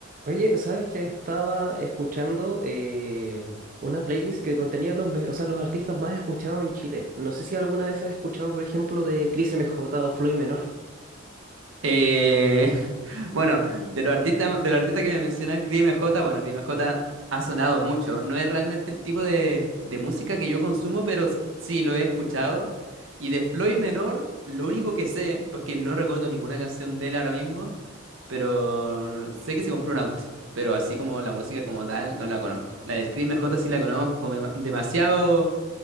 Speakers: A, on the right; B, on the right.
A: Oye, ¿sabes que Estaba escuchando eh, una playlist que contenía los, me- o sea, los artistas más escuchados en Chile. No sé si alguna vez has escuchado, por ejemplo, de Cris MJ o Floyd Menor.
B: Eh, <laughs> bueno, de los artistas, de los artistas que me mencionas, Cris M J, bueno, Cris M J ha sonado mucho. No es realmente el tipo de, de música que yo consumo, pero s- sí lo he escuchado. Y de Floyd Menor, lo único que sé, porque no recuerdo ninguna canción de él ahora mismo, pero sé que se compró un auto. Pero así como la música como tal, no la conozco. La del Cris M J sí la conozco, me- demasiado